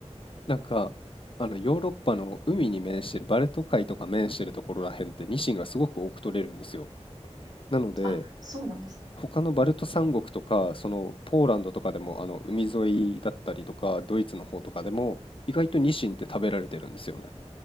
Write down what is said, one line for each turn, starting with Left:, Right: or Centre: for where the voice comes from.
Left: なんかあのヨーロッパの海に面してるバルト海とか面してるところらへんってニシンがすごく多く取れるんですよ。なので
Right: あそうなんです
Left: 他のバルト三国とか、そのポーランドとかでも、あの海沿いだったりとか、ドイツの方とかでも、意外とニシンって食べられてるんですよね。